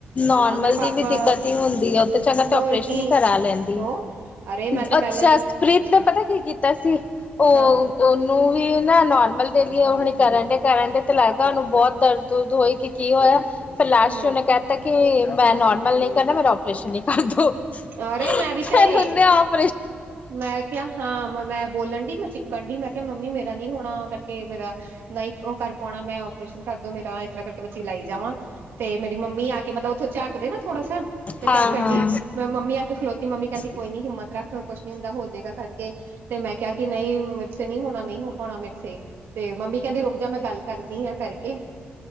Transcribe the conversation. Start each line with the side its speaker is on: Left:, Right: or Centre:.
Left: ਨੋਰਮਲ
Right: ਹਾਂ ਮੇਰੇ ਪਾਪਾ
Left: ਦੀ ਵੀ ਦਿੱਕਤ ਹੀ ਹੁੰਦੀ ਉਹ ਤੇ ਚੰਗਾ
Right: ਹੋਰ
Left: ਆਪਓਰੇਸ਼ਨ
Right: ਕੀ
Left: ਹੀ ਕਰਾ ਲੈਂਦੀ
Right: ਉਹ ਅਰੇ ਮੈਂ
Left: ਜਸਤਪ੍ਰੀਤ
Right: ਤੇ ਪਹਿਲਾਂ ਹੀ
Left: ਨੇ ਪਤਾ ਕੀ ਕੀਤਾ ਸੀ ਉਹ
Right: ਹਾਂ
Left: ਉਹਨੂੰ ਵੀ ਨਾ ਨੋਰਮਲ ਦੇ ਲਈ ਉਹ ਹੁਣੀ ਕਰਨ ਡ ਕਰਨਟਏ ਤੇ ਲੱਗਦਾ ਉਹਨੂੰ ਬਹੁਤ ਦਰਦ ਹੋਈ ਕਿ ਕੀ ਹੋਇਆ ਫਿਰ ਲਾਸਟ
Right: ਹਮ
Left: ਉਹਨੇ ਕ ਕਿਹਾਤਾ ਕਿ ਮੈਂ ਨੋਰਮਲ ਨਹੀਂ ਕਰਨਾ ਮੇਰਾ ਪ੍ਰਸ਼ਨ ਹੀ ਕਰ ਦੋ
Right: ਅਰੇ
Left: ਫੇਰ
Right: ਮੈਂ ਵੀ ਤੇ
Left: ਹੁਨੇ ੳ
Right: ਮੈਂ ਕਿਹਾ ਹਾਂ ਮੈਂ ਬੋਲਣ ਡੀ ਮੈਂ ਚਿੱਕਣ ਡੀ ਮੈਂ ਕਿਹਾ ਮੰਮੀ ਮੇਰਾ ਨਹੀ ਹੋਣਾ ਕਰਕੇ ਕੇ ਮੇਰਾ ਨਹੀਂ ਉਹ ਕਰ ਪਾਉਣਾ ਮੈਂ ਆਪਰੇਸ਼ਨ ਕਰਦੋ ਮੇਰਾ ਏਦਾ ਕਰਕੇ ਮੈ ਚਿਲਾਈ ਜਾਵਾ ਤੇ ਮਂੰਮੀ ਆਕੇ ਮਤਲਬ ਦੇ ਨਾ ਥੋੜਾ ਸ ਤੇ ਚੱਕ
Left: ਹਾਂ
Right: ਕਣਡੀ ਮੈਂ ਮੰਮੀ ਆ ਕੇ ਖਲੋਤੀ ਮੰਮੀ ਕਹਿੰਦੀ
Left: ਹਾਂ
Right: ਕੋਈ ਨੀ ਹਿੰਮਤ ਰੱਖ ਕੁਛ ਨ ਹੁੰਦਾ ਹੋਜਏਗਾ ਕਰਕੇ ਤੇ ਮੈਂ ਕਿਹਾ ਕਿ ਨਹੀਂ ਮਿਰਸ ਨੀ ਹੋਣਾ ਨਹੀਂ ਹੋ ਪਾਉਣਾ ਮਿਰਸੇ ਤੇ ਮੰਮੀ ਕਹਿੰਦੀ ਰੁਕ ਜਾ ਮੈਂ ਗੱਲ ਕਰਦੀ ਹਾਂ ਕਰਕੇ